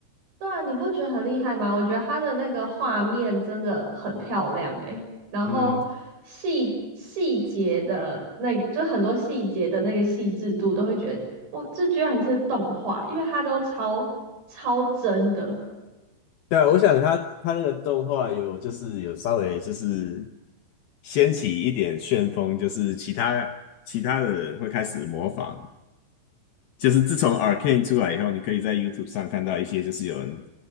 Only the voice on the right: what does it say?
对啊，你不觉得很厉害吗？我觉得他的那个画面真的很漂亮诶，然后细细节的那个，
就很多细节的那个细致度，都会觉得哇，这居然是动画，因为它都超超真的